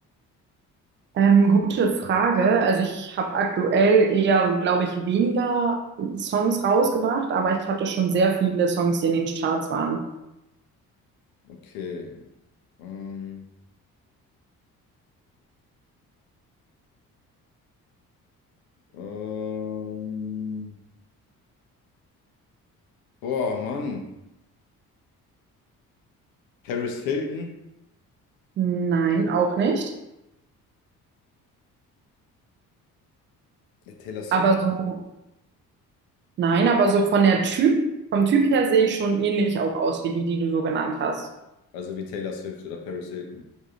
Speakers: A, on the right; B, on the left.
A: Ähm, gute Frage. Also ich habe aktuell eher, glaube ich, weniger Songs rausgebracht, aber ich hatte schon sehr viele Songs, die in den Charts waren.
B: Okay. Ähm, ähm, boah, Mann. Paris Hilton?
A: Nein, auch nicht.
B: Ja, Taylor Swift?
A: Aber so, nein, aber so von der Typ, vom Typ her sehe ich schon ähnlich auch aus wie die, die du so genannt hast.
B: Also wie Taylor Swift oder Paris Hilton.